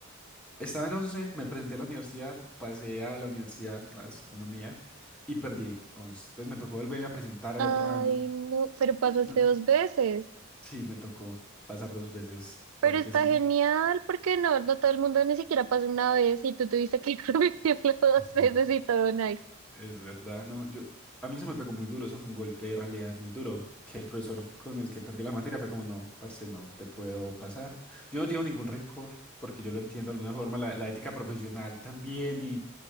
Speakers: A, in the centre; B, on the right.
A: estaba en once me presenté a la universidad, pasé a la universidad, a astronomía, y perdí once Entonces me tocó volverme a presentar
B: Ay,
A: al otro año.
B: no, pero pasaste
A: No,
B: dos veces.
A: Sí, me tocó pasar dos veces,
B: Pero
A: porque
B: está
A: sí.
B: genial porque no, no todo el mundo ni siquiera pasa una vez y tú tuviste que <laughs> repetirlo dos
A: Es
B: veces
A: verdad,
B: y todo nice.
A: Es verdad, no, yo, a mí eso me pegó muy duro, eso fue un golpe de realidad muy duro, que el profesor con el que perdí la materia fue como, no, parce, no te puedo pasar. Yo no llevo ningún rencor, porque yo lo entiendo de alguna forma, la, la ética profesional también y,